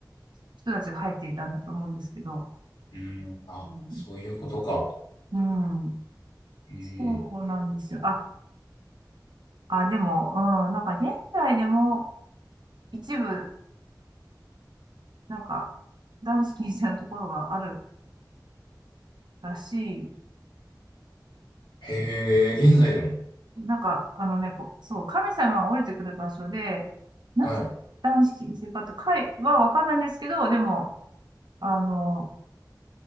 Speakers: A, on the right; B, on the left.
A: 人たちが入っていたんだと思うんですけど、
B: うん。あ、
A: うん、
B: そういうことか。
A: うん
B: うん。
A: そうなんですよ。あ、あ、でも、うん、なんか現代でも一部、なんか、男子禁制のところがあるらしい
B: へ
A: ですね。
B: え、現在でも。
A: なんか、あのね、こうそう、神様が降りてくる場所で、なぜ男子禁制かとかいはわかんないんですけど、
B: はい。
A: でも、あの、